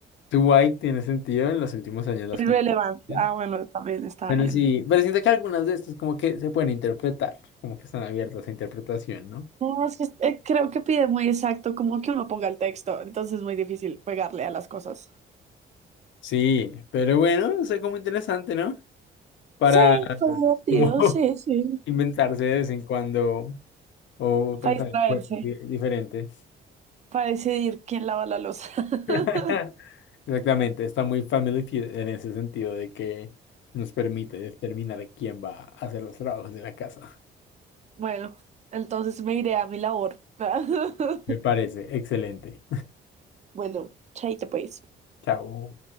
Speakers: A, on the left; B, on the right.
A: Too Dwight tiene sentido en los últimos años las
B: Irrelevant.
A: controversias.
B: Ah, bueno, también está
A: Bueno,
B: bien.
A: sí, pero siento que algunas de estas como que se pueden interpretar, como que están abiertas a interpretación, ¿no?
B: No, es que eh, creo que pide muy exacto, como que uno ponga el texto, entonces es muy difícil pegarle a las cosas.
A: Sí, pero bueno, o sea como interesante, ¿no? Para
B: Sí, fue divertido,
A: como <laughs>
B: sí, sí.
A: inventarse de vez en cuando o pensar
B: Para distraerse,
A: juegos di- diferentes.
B: para decidir quién lava la loza. <laughs>
A: <laughs> Exactamente, está muy Family Feud en ese sentido de que nos permite determinar quién va a hacer los trabajos de la casa.
B: Bueno, entonces me iré a mi labor. <laughs>
A: Me parece excelente.
B: Bueno, chaito pues.
A: Chao.